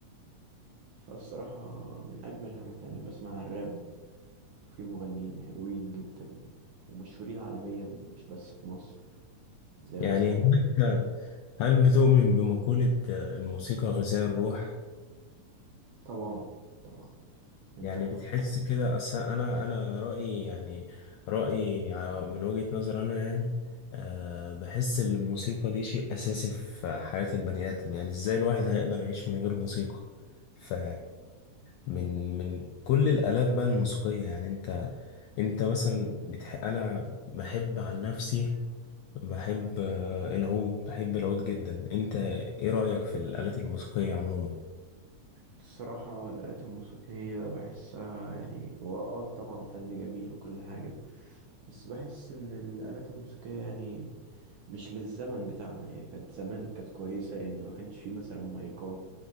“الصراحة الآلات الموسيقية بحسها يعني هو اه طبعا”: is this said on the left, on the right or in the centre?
Right